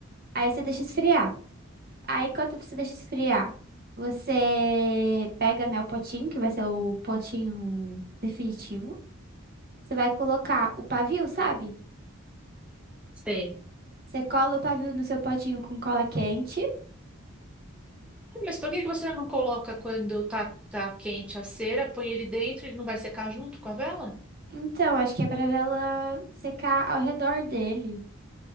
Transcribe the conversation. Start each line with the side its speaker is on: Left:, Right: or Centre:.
Right: Aí você deixa esfriar. Aí, enquanto você deixa esfriar, você pega, né, o potinho, que vai ser o potinho definitivo. Você vai colocar o pavio, sabe?
Centre: Sei.
Right: Você cola o pavio no seu potinho com cola quente.
Centre: Mas por que que você não coloca quando tá, tá quente a cera, põe ele dentro e não vai secar junto com a vela?
Right: Então, acho que é pra ela secar ao redor dele.